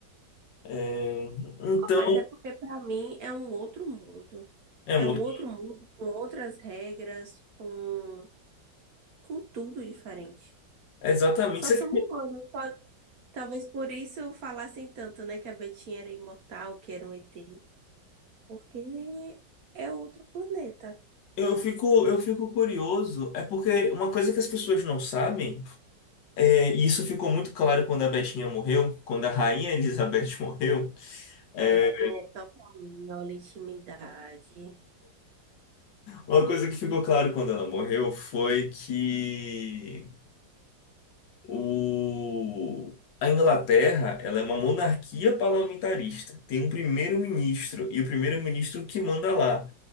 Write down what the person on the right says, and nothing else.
Mas é porque para mim é um outro mundo.
É
um outro mundo com outras regras, com, com tudo diferente.
Só
são humanos. só- Talvez por isso falassem tanto, né, que a Betinha era imortal, que era um ET, porque é outro planeta.
Betinha é só pra mim, olha a intimidade.